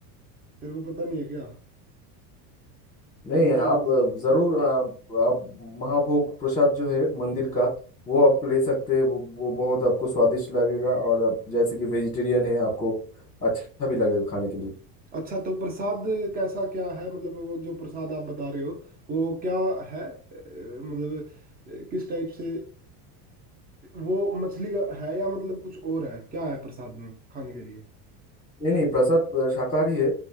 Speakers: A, on the right (about 20°); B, on the left (about 15°).
A: तेरे को पता नहीं है क्या
B: नहीं
A: भूल गया
B: आप
A: था
B: अ,
A: शायद कि।
B: जरूर अ, आप महाभोग प्रसाद जो है मंदिर का वो आपको
A: हम्म।
B: ले सकते हैं वो वो बहुत आपको स्वादिष्ट लगेगा और आप जैसे कि वेजिटेरियन है आपको अच्छा भी लगेगा खाने के लिए
A: अच्छा तो प्रसाद कैसा क्या है मतलब वो जो प्रसाद आप बता रहे हो वो क्या है अ, मतलब अ, किस टाइप से वो मछली का है या मतलब कुछ और है क्या है प्रसाद में खाने के लिए
B: नहीं नहीं प्रसाद अ, शाकाहारी है